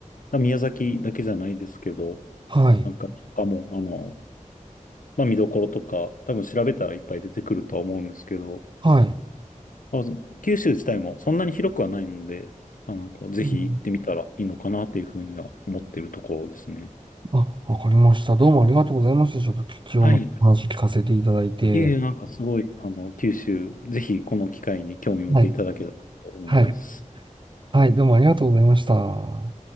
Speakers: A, on the left; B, on the right.
A: だ宮崎だけじゃないですけど、
B: はい、
A: なんか他も、あの、まあ、見どころとか、多分調べたらいっぱい出てくるとは思うんですけど、
B: はい。
A: まあ、そ九州自体もそんなに広くはないので、あの、こうぜひ行ってみたらいいのかなっていうふうには思ってるところですね。
B: うんあ、わかりました。どうもありがとうございました。ちょっと貴重なお話聞かせていただいて。
A: はい。いえいえ、なんかすごい、あの、九州、ぜひこの機会に興味持っていただけたらと思います。
B: はい、はい。はい、どうもありがとうございました。